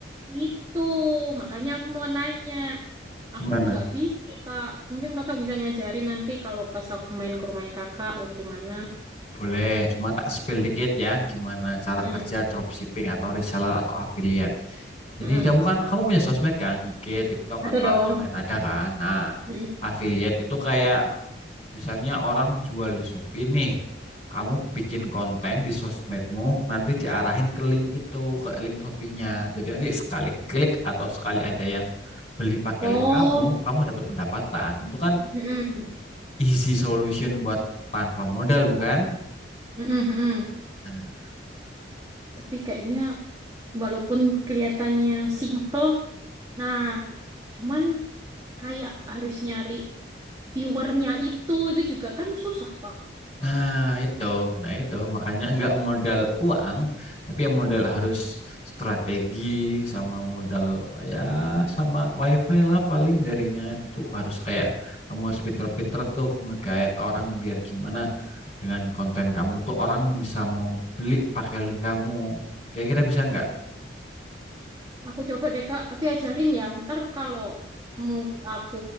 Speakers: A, on the right; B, on the left.
A: Itu, makanya aku mau nanya. Aku
B: Gimana?
A: tuh nggak bisa, Kak. Mungkin kakak bisa ngajarin nanti kalau pas aku main ke rumahnya kakak, bagaimana.
B: Boleh, cuma tak spill dikit ya gimana cara
A: Mm,
B: kerja
A: mm,
B: dropshipping atau reseller atau affiliate. Jadi
A: mm-mm.
B: kamu kan kamu punya sosmed kan, IG, TikTok
A: Ada
B: atau
A: dong.
B: yang lain ada kan. Nah,
A: Mm. mm.
B: affiliate itu kayak misalnya orang jual di Shopee nih. Kamu bikin konten di sosmedmu, nanti diarahin ke link itu, ke link Shopee-nya. Jadi nanti sekali klik atau sekali ada yang beli pakai
A: Oh,
B: link kamu, kamu dapat pendapatan. Itu kan
A: mm, mm,
B: easy solution buat tanpa modal, bukan?
A: mm, mm. mm, mm.
B: Nah,
A: Tapi kayaknya walaupun kelihatannya simple, nah, cuman kayak harus nyari viewernya itu, itu juga kan susah, Kak.
B: Nah, itu. Nah, itu makanya nggak modal uang, tapi ya modal harus strategi sama modal ya sama wifi lah paling jaringan itu harus kayak kamu harus pinter-pinter tuh ngegait orang biar gimana dengan konten kamu tuh orang bisa mau beli pakai link kamu. Kira-kira bisa nggak?
A: Aku coba deh Kak, tapi ajarin ya. Ntar kalau mu- aku